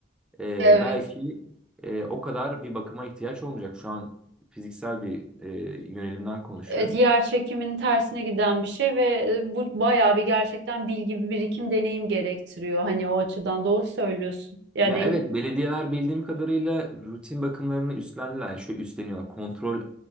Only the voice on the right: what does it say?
Evet.
Evet, yer çekiminin tersine giden bir şey ve e, bu bayağı bir gerçekten bilgi, bir birikim, deneyim gerektiriyor. Hani o açıdan doğru söylüyorsun. Yani